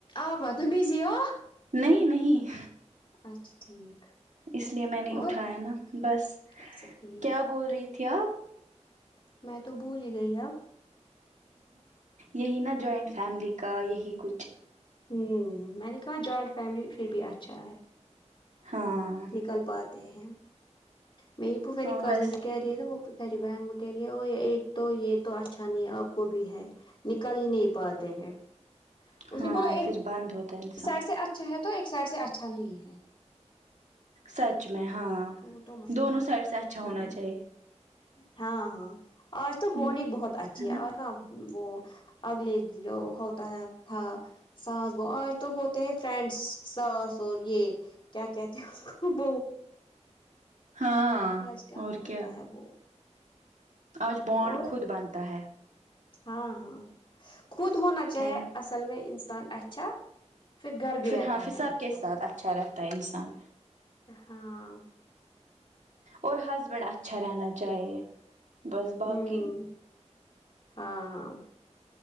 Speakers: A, on the left (about 45°); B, on the right (about 80°).
A: آپ متو بزی ہ
B: نہیں نہیں
A: اچھا ٹھیک
B: اس لیے میں نے
A: اور
B: اٹھایا نا بس
A: اچھا ٹھیک
B: کیا بول رہی تھی آپ
A: میں تو بھول ہی گئی اب
B: یہی نا جوائنٹ فیملی کا یہی کچھ
A: ہوں میں نے کہاں جوائنٹ فیملی پھر بھی اچھا ہے
B: ہاں
A: ل پاتے ہیں میری پفری
B: ہاں
A: کزن
B: بس
A: بھی کہہی وہ سیری بہن وہ کہہ رہی ہے ا ایک تو یہ تو اچھا نہیں ہے آپ کو بھی ہے نکل ہی نہیں پاتے ہیں اس
B: ہاں
A: نے بولا ایک
B: پھر بند ہوتا ہے انسان
A: سائڈ سے اچھا ہے تو ایک سائڈ سے اچھا نہیں ہے
B: سچ میں ہاں
A: وہ تو مسئلہ
B: دونوں سائڈ سے اچھا
A: ہے
B: ہونا چاہیے
A: ہاں ہاں آج تو
B: ہ
A: بڈ بہت اچھا
B: ہے نا
A: جی وہ اگلے جو ہوتا ہے تھا ساس وہو آج تو ہوتے ہیں فرینڈس ساس اور یہ کیا کہتے ہیں ب
B: ہاں
A: آج کہاں
B: اور
A: ہوتا
B: کیا
A: ہے وہ
B: آج بونڈ
A: اور
B: خود بنتا ہے
A: ہاں ہاں خود ہونا چاہے
B: ہے نا
A: اصل میں انسان اچھا پھر گھر بھی
B: ف
A: رہتا
B: ہاں حساب
A: ہے اچھا
B: کےے ساتھ اچھا رہتا ہے انسان
A: ہاں
B: اور ہسبینڈ اچھا رہنا چاہیے بس باقی
A: ہوں ہاں ہاں